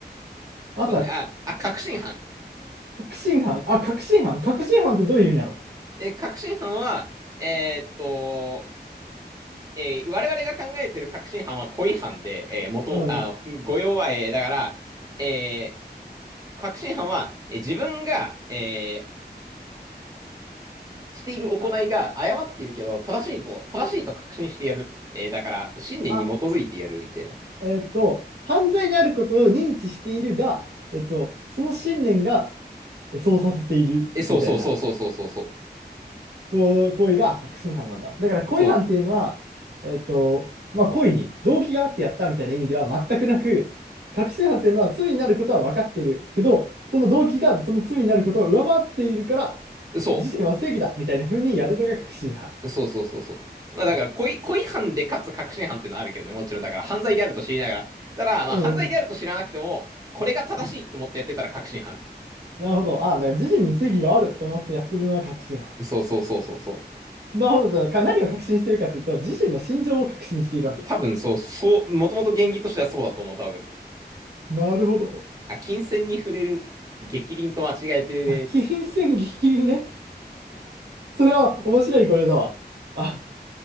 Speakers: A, on the right (about 75°); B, on the right (about 20°).
A: あとは、
B: そうね。あ、あ、確信犯。
A: 確信犯。あ、確信犯。確信犯ってどういう意味なの
B: え、確信犯は、えーっと、えー我々が考えてる確信犯は故意犯で、えー元も、
A: うんうん。
B: あ、誤用は、えーだから、えー確信犯は、えー自分が、えーしている行いが誤っているけど、
A: あ、
B: 正しいと、正しいと確信してやる。えーだから、信念に基づいてやるみたいな。
A: あえっと、犯罪であることを認知しているが、えっと、その信念がえそうさせているみたいな、
B: え、そうそうそうそうそうそうそう。
A: こう、行為が確信犯なんだ。だから、故意犯っていうのは、
B: そ
A: えっと、まあ、故意に動機があってやったみたいな意味では全くなく、確信犯っていうのは罪になることは分かってるけど、その動機がその罪になることを上回っているから、
B: う、そ
A: 自身は正義だみたいな風にやるのが確信犯。
B: う、そうそうそうそう。まあだから、
A: あ
B: 故意、故意犯でかつ確信犯ってのはあるけどね、もちろんだから犯罪であると知りながら。ただ、まあ犯罪であると知らなくても、
A: うん、うん。
B: これが正しいって思ってやってたら確信犯。
A: うんなるほど。あ、だから自身に正義があると思ってやってるのが確信犯。
B: そうそうそうそうそう。
A: なるほど。か何を確信しているかというと、自身の心情を確信しているわけ。
B: 多分そう、そう、もともと原義としてはそうだと思う、多分。
A: なるほど。
B: あ、金銭に触れる、逆鱗と間違えてる例、
A: あ、金銭ギリギリね。それは面白い語彙だわ。あ、